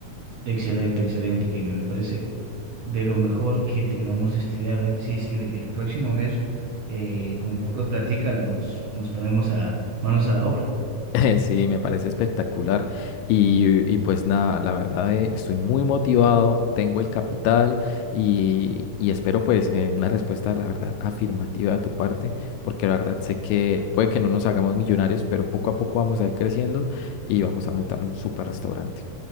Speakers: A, on the right; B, on the left.
A: Excelente, excelente, que a mí me parece de lo mejor que tengamos esta idea. A ver si es que el próximo mes, eh, con un poco de plática, nos, nos ponemos a manos a la obra.
B: <laughs> Sí, me parece espectacular. Y, y pues nada, la verdad eh, estoy muy motivado, tengo el capital y, y espero pues eh, una respuesta, la verdad, afirmativa de tu parte, porque la verdad sé que puede que no nos hagamos millonarios, pero poco a poco vamos a ir creciendo y vamos a montar un super restaurante.